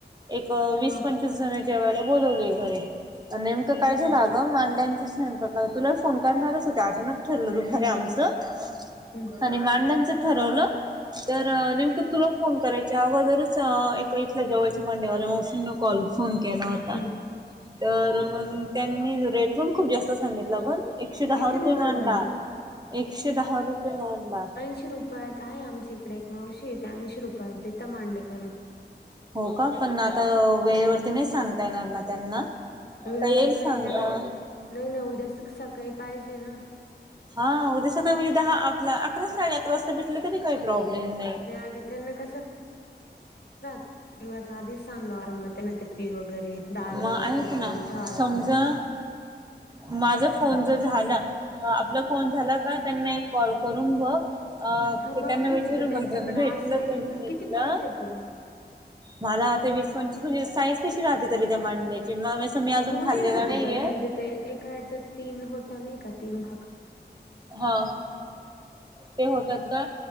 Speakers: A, on the right; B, on the left.
A: एक वीस
B: हा
A: पंचवीस जण जेवायला बोलवले घरी. नेमकं काय
B: अच्छा
A: झालं आग मांड्यांच स्वयंपाकाला तुला फोन करणारच होत अचानक ठरलं दुफारी
B: हम्म
A: आमचं
B: हम्म
A: आणि मांड्याचं ठरवलं. तर नेमकं तुला फोन करायच्या अगोदरच अ एका इथल्या जवळच्या मांडेवाल्या मावशींना कॉल फोन केला होता.
B: हम्म
A: तर मग त्यांनी रेट पण खूप जास्त सांगितलं पणं. एकशे दहा
B: किती
A: रुपये मांडा,
B: मांडे
A: एकशे दहा रुपये मांडा.
B: शी रुपयात आहे आमच्या इकडे एक मावशी त ऐंशी रुपयात देेता मांडेकरून.
A: हो का पण आता वेळेवरती नाही सांगता येणार ना त्यांना
B: वेळ
A: आता येईल सांगता
B: त्यांना नाही, नाही उद्याचच सकाळी पाहिजे ना
A: हा उद्या सकाळी म्हणजे दहा आपला अकरा साडे अकरा वाजता भेटलं तरी काही प्रॉब्लेम नाही
B: अगं त्यांना कसं राहत दिवस आधीच सांगाव तर मग त्यांना ते पीठ वगैरे डाळ
A: मग
B: वगैरे
A: ऐक
B: सगळं करून
A: ना
B: ठेवावं लागते.
A: समजा माझा फोन जर झाला ह आपला फोन झाला का त्यांना एक कॉल करून ब अ
B: हा
A: त्यांना
B: बघकी
A: विचारून
B: मी जर त्यांच्याकडे
A: बघत भेटलं
B: असेल
A: तर भेटलं
B: किती पाहिजे तुला?
A: मला आता वीस पंचस म्हणजे साईज कशी राहते तरी त्या मांड्याची म्हण मी अजून
B: मोठी
A: खाल्लेला
B: राहते
A: नाहीये
B: बरं म्हणजे ते एका याच्यात तीन होता नाही का तीन भाग
A: हा ते होतात का